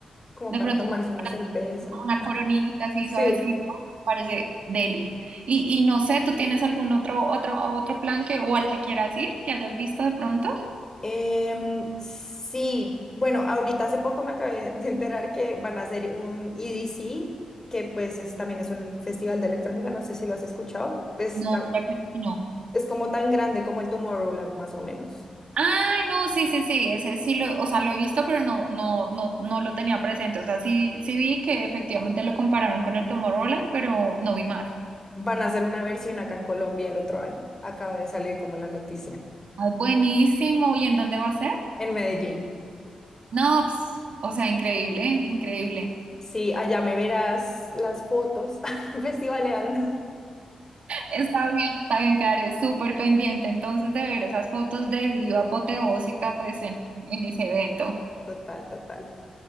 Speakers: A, on the left; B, on the right.
A: como
B: de
A: para
B: pronto
A: tomarse
B: con
A: una cerveza.
B: una coronita así
A: Sí.
B: suavecita, parece deli. Y, y no sé, ¿tú tienes algún otro, otro, otro plan que, o al que quieras ir, que hayas visto de pronto?
A: Em, sí. Bueno, ahorita hace poco me acabé <laughs> de enterar que van a hacer un EDC, que pues es- también es un festival de electrónica, no sé si lo has escuchado. Pues
B: No,
A: tan-
B: ya creo que no.
A: es como tan grande como el Tomorrowland, más o menos.
B: Ay, no, sí, sí, sí, ese sí lo, o sea, lo he visto, pero no, no, no, no lo tenía presente. O sea, sí, sí vi que efectivamente lo compararon con el Tomorrowland, pero no vi más.
A: Van a hacer una versión acá en Colombia el otro año. Acaba de salir como la noticia.
B: Ah, buenísimo, ¿y en dónde va a ser?
A: En Medellín.
B: No, ps, o sea, increíble, increíble.
A: Sí, allá me verás las fotos <laughs> festivaleando.
B: Está bien, está bien, quedaré súper pendiente entonces de ver esas fotos de diva apoteósica pues en, en ese evento.
A: Total, total,